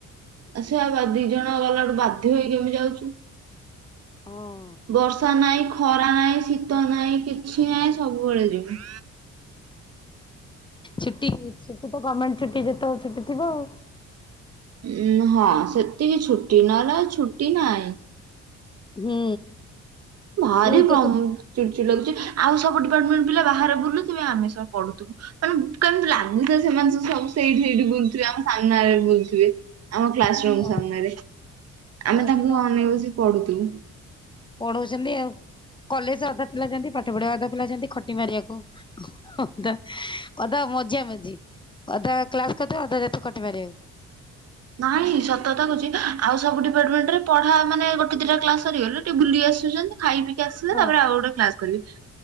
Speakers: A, on the right (about 55°); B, on the left (about 15°).
A: ଆ ସେଆ ଦି ଜଣ ଗଲା ଗଠୁ ବାଧ୍ୟ ହେଇକିମିତି ଯାଉଛୁ
B: ହଁ
A: ବର୍ଷା ନହିଁ ଖରା ନାହିଁ ଶୀତ ନାଇଁ କିଛି ନାହିଁ ସବୁବେଳେ ଯିବୁ
B: ଛୁଟି ଛୁଟି ତ ଗଣ୍ଣମେଣ୍ଟ ଛୁଟି ଯେତେବେଳେ ଛୁଟି ଥିବ ଆଉ
A: ଉଁ ହଁ ସେତିକି ଛୁଟି ନହେଲେ ଆଉ ଛୁଟି ନାହିଁ
B: ହୁଁ
A: ଭାରି
B: ସ୍କୁଲ
A: ଉ
B: ତ
A: ଚୁଡ଼ ଚୁଡ଼ ଲାଗୁଛି ଆଉ ସବୁ ଡିପାର୍ଟମେଣ୍ଟ ପିଲା ବାହାରେ ବୁଲୁଥିବେ ଆମେ ସବୁ ପଢୁଥିବୁ ମାନେ କେମିତି ଲାଗୁଛ ସେମାନେ ତ ସବୁ ସେଇଠି ସେଇଠି ବୁଲଥିବେ ଆମ ସାମ୍ନାରେ ବୁଲୁଥିବେ। ଆମ କ୍ଲାସ
B: ଛୁ
A: ରୁମ୍ ସାମ୍ନାରେ
B: ହଁ
A: ଆମେ ତାଙ୍କୁ
B: ସିଏ ତମକୁ
A: ଅନେଇଛି
B: ପଢଉଛନ୍ତି
A: ପଢୁଥିବୁ
B: ଆଉ ପଢଉଛନ୍ତି ଆଉ କଲେଜ ଅଧା ପିଲାଯାଆନ୍ତି ପାଠ ପଢିବା ଅଧା ପିଲାଯାଆନ୍ତି ଖଟି ମାରିବାକୁ ହ ତା ଅଧା ମଝିଆ ମଝି ଅଧା କ୍ଲାସ କରିଥିବେ ଅଧା ଯେତ କଟି ମାରିବାଉ
A: ନାଇଁ ସତତା କୁଛି ଆଉ ସବୁ ଡିପାର୍ଟମେଣ୍ଟରେ ପଢା ମାନେ ଗୋଟେ ଦିଟା କ୍ଲାସ ସରିଗଲେ ଟିକେ ବୁଲି ଆସୁଛନ୍ତି ଖାଇ ପିକି ଆସିଲେ
B: ହଁ
A: ତାପରେ ଆଉ ଗୋଟେ କ୍ଲାସ କରିବି